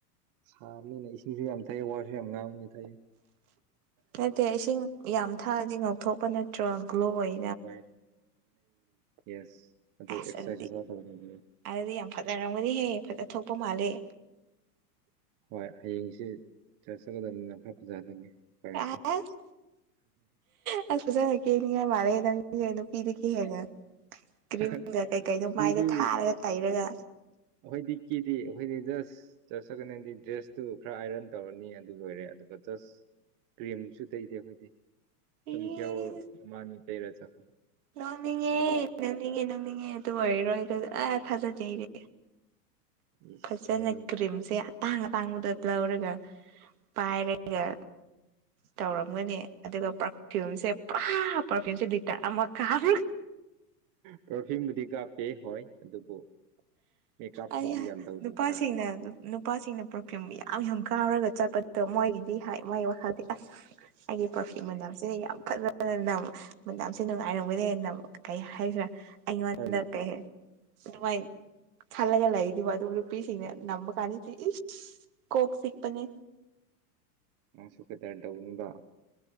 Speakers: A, on the right; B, on the right.
A: ꯁꯥꯕꯅꯤꯅ ꯏꯁꯤꯡꯁꯨ ꯌꯥꯝ ꯊꯛꯑꯦ ꯋꯥꯁꯨ ꯌꯥꯝ ꯉꯥꯡꯕꯅꯤꯅ ꯊꯡꯑꯦ
B: ꯅꯠꯇꯦ ꯏꯁꯤꯡ ꯌꯥꯝ ꯊꯛꯑꯗꯤ ꯉꯧꯊꯣꯛꯄ ꯅꯠꯇ꯭ꯔꯣ ꯒ꯭ꯂꯣ ꯑꯣꯏ
A: <unintelligible> ꯌꯦꯁ ꯑꯗꯨ
B: ꯑꯁ
A: ꯑꯦꯛꯁꯔꯁꯥꯏꯖꯁꯨ
B: ꯑꯗꯨꯗꯤ
A: ꯈꯔ ꯇꯧꯅꯤꯡꯉꯤ
B: ꯑꯗꯨꯗꯤ ꯌꯥꯝ ꯐꯖꯔꯝꯒꯅꯤꯍꯦ ꯐꯖ ꯊꯣꯛꯄ ꯃꯥꯜꯂꯦ
A: ꯍꯣꯏ ꯍꯌꯦꯡꯁꯦ ꯆ꯭ꯔꯁ ꯆꯠꯀꯗꯕꯅꯤꯅ ꯈꯔ ꯐꯖꯍꯜꯂꯒꯦ ꯎꯄꯥꯏ
B: ꯑꯁ
A: ꯂꯩꯇꯦ
B: ꯑꯁ ꯐꯖꯅ ꯀꯦꯅꯤꯡꯉ ꯃꯥꯜꯂꯦ ꯅꯪ ꯅꯨꯄꯤꯗꯒꯤ ꯍꯦꯟꯅ ꯀ꯭ꯔꯤꯝꯒ
A: ꯀꯤꯗꯤ
B: ꯀꯩꯀꯩꯗꯣ ꯃꯥꯏꯗ ꯊꯥꯔꯒ ꯇꯩꯔꯒ
A: ꯑꯥꯈꯣꯏꯗꯤ ꯀꯦꯗꯤ ꯑꯥꯈꯣꯏꯗꯤ ꯖꯁ ꯆꯠ ꯆꯠꯀꯅꯦꯗꯤ ꯗ꯭ꯔꯦꯁꯇꯨ ꯈꯔ ꯑꯥꯏꯔꯟ ꯇꯧꯔꯅꯤ ꯑꯗꯨ ꯂꯣꯏꯔꯦ ꯑꯗꯨꯒ ꯖꯠꯁ ꯀ꯭ꯔꯤꯝꯁꯨ ꯇꯩꯗꯦ ꯑꯩꯈꯣꯏꯗꯤ
B: ꯏꯁ
A: ꯗꯨꯝ ꯍꯤꯌꯔ ꯑꯣꯏꯜ ꯑꯃꯅꯤ ꯇꯩꯔ ꯆꯠꯈ꯭ꯔ
B: ꯂꯥꯛꯅꯤꯡꯉꯦ <unintelligible> ꯑꯗꯨ ꯑꯣꯏꯔꯔꯣꯏꯗ ꯑꯥ ꯊꯥꯖꯗꯦ ꯑꯩꯗꯤ
A: ꯏꯁ
B: ꯐꯖꯅ
A: ꯅꯣꯏ
B: ꯀ꯭ꯔꯤꯝꯁꯦ ꯑꯇꯥꯡ ꯑꯇꯥꯡꯕꯗ ꯂꯧꯔꯒ ꯄꯥꯏꯔꯒ ꯇꯧꯔꯝꯒꯅꯤ ꯑꯗꯨꯒ ꯄꯔꯐ꯭ꯌꯨꯝꯁꯦ ꯄꯨꯔꯥ ꯄꯔꯐ꯭ꯌꯨꯝꯁꯦ ꯂꯤꯇꯔ ꯑꯃ ꯀꯥꯞ
A: ꯄꯔꯐ꯭ꯌꯨꯝꯕꯨꯗꯤ ꯀꯥꯞꯄꯦ ꯍꯣꯏ ꯑꯗꯨꯕꯨ ꯃꯦꯛꯀꯞꯄꯨꯗꯤ
B: ꯑꯩꯌꯥ
A: ꯌꯥꯝ ꯇꯧꯗꯦꯗ
B: ꯅꯨꯄꯥꯁꯤꯡꯅ ꯅꯨꯄꯥꯁꯤꯡꯅ ꯄ꯭ꯔꯐ꯭ꯌꯨꯝ ꯌꯥꯝ ꯌꯥꯝ ꯀꯥꯞꯔꯒ ꯆꯠꯄꯗꯣ ꯃꯣꯏꯒꯤꯗꯤ ꯍꯥꯏ ꯃꯥꯏ ꯋꯥꯈꯜꯗꯤ ꯑꯁ ꯑꯩꯒꯤ ꯄꯔꯐ꯭ꯌꯨꯝ ꯃꯅꯝꯁꯦ ꯌꯥꯝ ꯐꯖꯅ ꯅꯝ ꯃꯅꯝꯁꯦ ꯅꯨꯡꯉꯥꯏꯔꯝꯒꯅꯤ ꯀꯩ ꯍꯥꯏꯁꯤꯔꯥ ꯑꯩꯉꯣꯟꯗ
A: ꯍꯣꯏꯅ
B: ꯀꯩ ꯑꯗꯨꯃꯥꯏ ꯈꯜꯂꯒ ꯂꯩꯗꯤꯕ ꯑꯗꯨ ꯅꯨꯄꯤꯁꯤꯡꯅꯦ ꯅꯝꯕ ꯀꯥꯟꯗꯗꯤ ꯏꯁ ꯀꯣꯛ ꯆꯤꯛꯄꯅꯦ
A: ꯅꯪꯁꯨ ꯀꯗꯔ ꯇꯧꯒꯅꯨꯗ